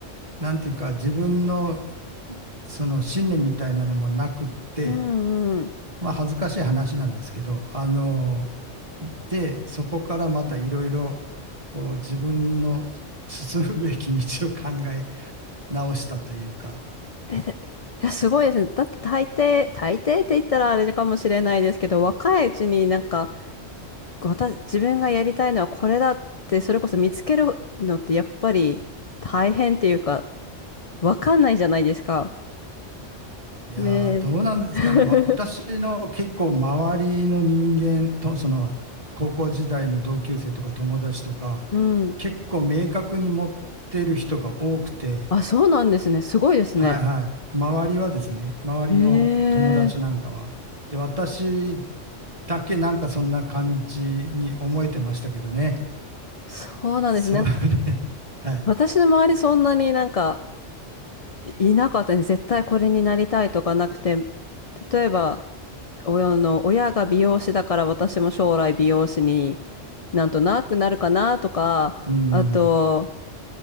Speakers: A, on the right (about 30°); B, on the left (about 45°).
A: なんていうか、自分のその信念みたいなのもなくって、
B: うんうん。
A: まあ恥ずかしい話なんですけど、あの、で、そこからまたいろいろ、こう自分の進むべき道を考え直したというか、
B: え、でいや、すごいですね。だって大抵、大抵って言ったらあれかもしれないですけど、若いうちになんか、私、自分がやりたいのはこれだって、それこそ見つけるのってやっぱり大変っていうか、わかんないじゃないですか。
A: いやーどうなんですかね。
B: ねえ。
A: 私の結構周りの人間と、
B: <laughs>
A: その高校時代の同級生とか友達とか、
B: うん。
A: 結構明確に持ってる人が多くて、
B: あ、そうなんですね。すごいですね。
A: はいはい。周りはですね、周りの友達なんかは。
B: ええ
A: で、私だけなんかそんな感じに思えてましたけどね。
B: そうなんですね。
A: それ、<laughs> はい。
B: 私の周りそんなになんかいいなかったね。絶対これになりたいとかなくて、例えば、親の、親が美容師だから私も将来美容師になんとなくなるかなとか、
A: うん、
B: あと、